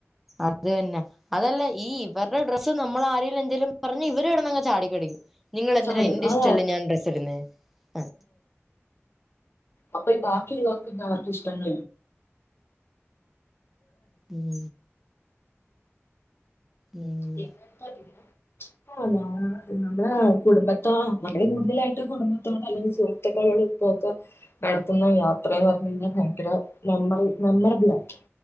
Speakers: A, in the centre; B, on the left.
A: അത് തന്നെ അതല്ല ഈ ഇവരുടെ ഡ്രസ്സ് നമ്മൾ ആരെലും എന്തേിലും പറഞ്ഞ ഇവര് കിടന്നങ്ങ് ചാടിക്കടിക്കും നിങ്ങളെന്തിന
B: ചാട്
A: എന്റെ
B: അതാ
A: ഇഷ്ടല്ലേ ഞാൻ ഡ്രസ്സ് ഇടുന്ന ആ
B: അപ്പൊഈ ബാക്കിയുള്ളവർക്ക് ക്ക് അവർക്ക് ഇഷ്ടണ്
A: ഉം ഉം
B: പിന്നെ കളി <unintelligible> ആ നമ്മ നമ്മുടെ കുടുംബത്ത നമ്മള് കൂടുതലായിട്ട് കുടുംബത്തോട് അല്ലെങ്കിൽ സുഹൃത്തുക്കളോട് ഇപ്പൊക്കെ നടത്തുന്ന യാത്രന്ന് പറഞ്ഞ് കഴിഞ്ഞാൽ ഭയങ്കര മെമ്മറി മെമ്മറബിൾ ആയി